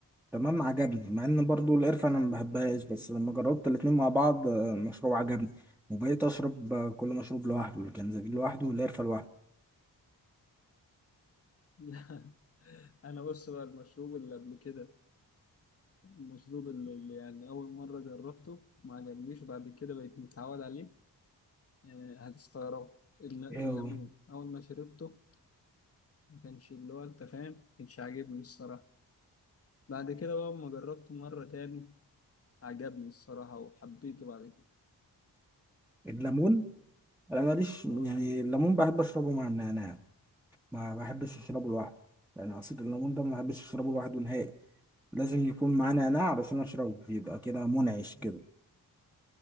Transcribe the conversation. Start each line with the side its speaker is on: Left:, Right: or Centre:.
Centre: تمام عجبني مع ان برضو القرفة انا ما بحبهاش بس لما جربت الاتنين مع بعض آه، المشروب عجبني وبقيت اشرب آه، كل مشروب لوحده الجنزبيل لوحده والقرفة لوحده
Left: لا انا بص بقى المشروب اللي قبل كده المشروب اللي اللي يعني اول مره جربته ما عجبنيش وبعد كده بقيت متعود عليه يعني هتستغرب الل-
Centre: ايه
Left: الليمون
Centre: هو
Left: اول ما شربته ما كانش اللي هو انت فاهم ما كانش عاجبني الصراحه بعد كده بقى لما جربته مره تاني عجبني الصراحه وحبيته بعد كده
Centre: الليمون انا ماليش يعني
Left: اه الليمون
Centre: الليمون بحب اشربه مع النعناع ما بحبش اشربه لوحده يعني عصير الليمون ده ما بحبش اشربه لوحده نهائي لازم يكون معاه نعناع علشان اشربه يبقى كده منعش كده